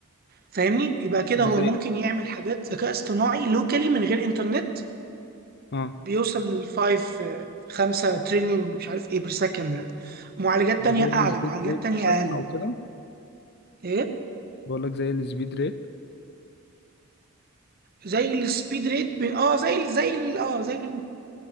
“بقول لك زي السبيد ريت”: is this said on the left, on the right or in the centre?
Left